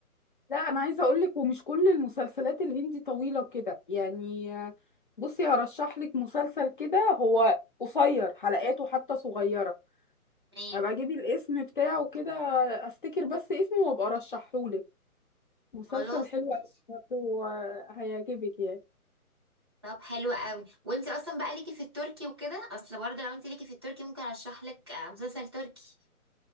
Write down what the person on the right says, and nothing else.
تمام
خلاص
ماشي
طب حلو قوي وانت اصلا بقى ليكي في التركي وكده اصل برضه لو انت ليكي في التركي ممكن ارشح لك آه، مسلسل تركي